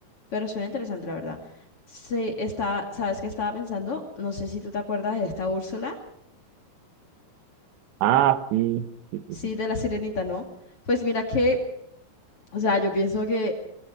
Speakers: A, on the left; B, on the right.
A: Pero suena interesante, la verdad. Sí, está, ¿sabes qué estaba pensando? No sé si tú te acuerdas de esta Úrsula.
B: Ah, sí, sí, sí,
A: Sí,
B: sí.
A: de la sirenita, ¿no? Pues mira que, o sea, yo pienso que